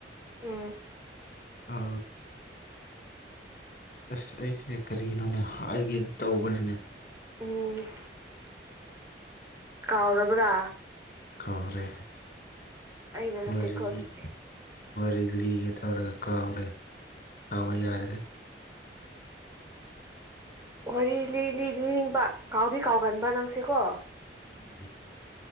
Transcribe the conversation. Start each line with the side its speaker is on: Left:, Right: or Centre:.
Right: ꯎꯝ
Left: ꯑ ꯑꯁ ꯑꯩꯁꯦ ꯀꯔꯤꯒꯤꯅꯣꯅꯦ ꯍꯥꯏꯒꯦꯗꯤ ꯇꯧꯕꯅꯤꯅꯦ
Right: ꯎꯝ ꯀꯥꯎꯔꯕꯕ꯭ꯔꯥ
Left: ꯀꯧꯔꯦ
Right: ꯑꯩꯅ ꯅꯠꯇꯦꯀꯣ
Left: ꯋꯥꯔꯤꯔꯤ
Right: ꯑꯗꯨꯗꯤ
Left: ꯑꯣꯏꯔꯒ ꯇꯧꯔꯒ ꯀꯥꯎꯔꯦ ꯁꯥꯎꯕ ꯌꯥꯗꯔꯦ
Right: ꯍ ꯂꯤꯂꯤ ꯂꯤꯅꯤꯡꯕ ꯀꯥꯎꯗꯤ ꯀꯥꯎꯒꯟꯕ ꯅꯪꯁꯦꯀꯣ
Left: ꯎꯝ